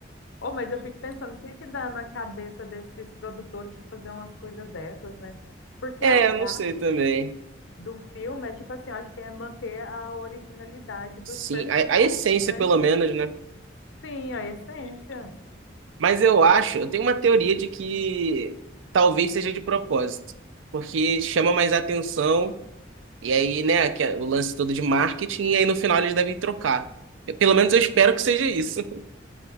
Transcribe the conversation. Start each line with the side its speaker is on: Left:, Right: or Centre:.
Left: Oh, mas eu fico pensando, o que que dá na cabeça desses produtores de fazer umas coisas dessas, né? Porque
Right: É,
Left: a graça
Right: eu não sei também.
Left: do filme é, tipo assim, eu acho que é manter a originalidade dos
Right: Sim,
Left: personagens,
Right: a, a essência
Left: né?
Right: pelo menos, né?
Left: Sim, a essência.
Right: Mas eu acho, eu tenho uma teoria de que talvez seja de propósito, porque chama mais atenção E aí, né, que é o lance todo de marketing, e aí no final eles devem trocar. Eu- pelo menos eu espero que seja isso. <laughs>